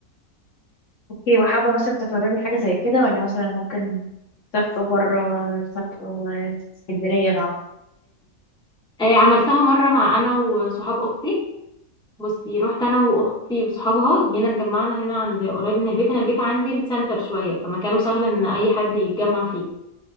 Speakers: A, on the left; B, in the centre.
A: اوكي وحابة مثلا تتفرجي حاجة زي كده ولا مثلا ممكن تسافروا برا تسافروا اسكندرية
B: آه عملتها مرة مع أنا وصحاب أختي بصي رحت انا واختي وصحابها جينا اتجمعنا هنا عند قريب من البيت انا البيت عندي السنتر شويه فمكانه سهل ان اي حد يتجمع فيه